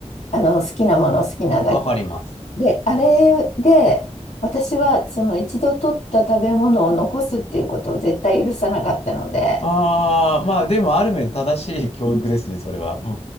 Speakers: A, on the left; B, on the left.
A: あの、好きなもの好きなだけ。
B: わかります。
A: で、あれで、私はその一度取った食べ物を残すっていうことを絶対許さなかったので、
B: ああ、まあ、でも、ある面正しい教育ですね、
A: うん。
B: それは。う